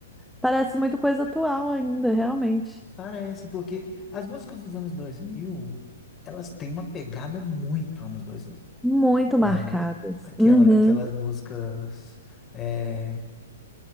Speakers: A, in the centre; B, on the left.
A: parece muito coisa atual ainda, realmente.
B: Parece, porque as músicas dos anos 2000 elas têm uma pegada muito anos dois mil
A: Muito
B: né?
A: marcadas.
B: Aquela,
A: Uhum.
B: aquelas músicas, é,